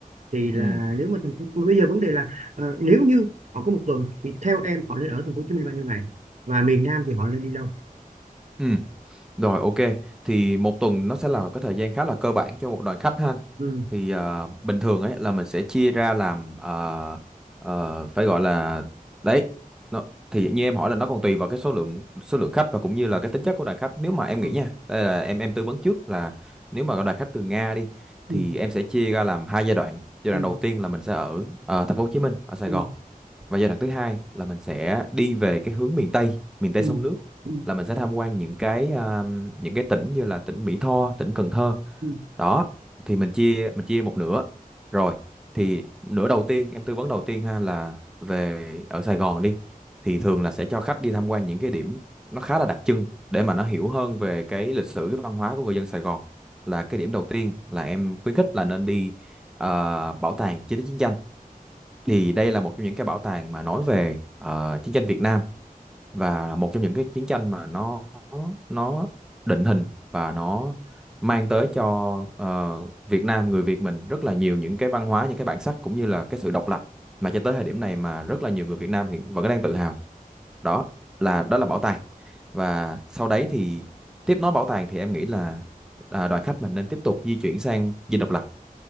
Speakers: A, on the right (about 55°); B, in the centre.
A: thì là
B: ừ
A: nếu mà thành phố bây giờ vấn đề là ờ, nếu như họ có một tuần thì theo em họ nên ở thành phố Hồ Chí Minh bao nhiêu ngày và miền Nam thì họ nên đi đâu
B: ừ Rồi ok, thì một tuần nó sẽ là cái thời gian khá là cơ bản cho một đoàn khách ha.
A: ừ.
B: Thì ờ, bình thường ấy là mình sẽ chia ra làm ờ, ờ, phải gọi là đấy. Nó thì như em hỏi là nó còn tùy vào cái số lượng số lượng khách và cũng như là cái tính chất của đoàn khách. Nếu mà em
A: Ừ.
B: nghĩ nha, đây là em em tư vấn trước là nếu mà có đoàn khách từ Nga đi thì
A: Ừ.
B: em sẽ chia ra làm hai giai đoạn. Giai
A: Ừ.
B: đoạn đầu tiên là mình sẽ ở ờ, thành phố Hồ Chí Minh, ở Sài
A: Ừ.
B: Gòn và giai đoạn thứ hai là mình sẽ đi về cái hướng miền Tây miền Tây
A: Ừ.
B: sông nước
A: Ừ.
B: là mình sẽ tham quan những cái à, những cái tỉnh như là tỉnh Mỹ Tho tỉnh Cần Thơ
A: Ừ.
B: đó thì mình chia mình chia một nửa rồi thì nửa đầu tiên em tư vấn đầu tiên ha là về ở Sài Gòn đi thì thường là sẽ cho khách đi tham quan những cái điểm nó khá là đặc trưng để mà nó hiểu hơn về cái lịch sử cái văn hóa của người dân Sài Gòn là cái điểm đầu tiên là em khuyến khích là nên đi à, bảo tàng chiến tích chiến tranh thì đây là một trong những cái bảo tàng mà nói về ờ, chiến tranh Việt Nam và là một trong những cái chiến tranh mà nó nó định hình và nó mang tới cho ờ, Việt Nam người Việt mình rất là nhiều những cái văn hóa những cái bản sắc cũng như là cái sự độc lập mà cho tới thời điểm này mà rất là nhiều người Việt Nam hiện vẫn đang tự hào đó là đó là bảo tàng và sau đấy thì tiếp nối bảo tàng thì em nghĩ là à, đoàn khách mình nên tiếp tục di chuyển sang Dinh Độc Lập